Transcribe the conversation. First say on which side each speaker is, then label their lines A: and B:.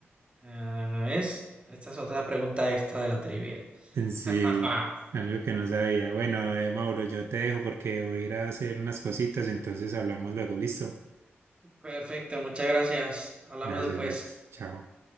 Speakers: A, on the right; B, on the right.
A: Ah, ¿ves? Esta es otra pregunta extra de la trivia.
B: En Sí,
A: <laughs>
B: algo que no sabía. Bueno, eh, Mauro, yo te dejo porque voy a ir a hacer unas cositas, entonces hablamos luego, listo.
A: Perfecto, muchas gracias. Hablamos
B: Gracias,
A: después.
B: gracias. Chao.